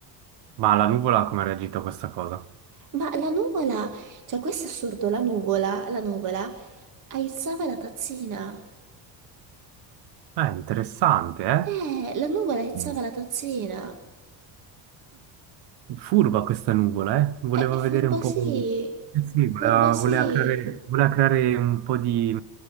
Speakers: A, on the right; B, on the right.
A: Ma la nuvola come ha reagito a questa cosa?
B: Ma la nuvola, cioè questo è assurdo, la nuvola, la nuvola aizzava la tazzina.
A: Eh, interessante, eh?
B: Eh, la nuvola aizzava
A: Mm.
B: la tazzina.
A: Furba questa nuvola, eh? Voleva
B: Eh, furba
A: vedere un po'...
B: sì,
A: eh sì,
B: furba
A: voleva,
B: sì.
A: voleva creare, voleva creare un po' di,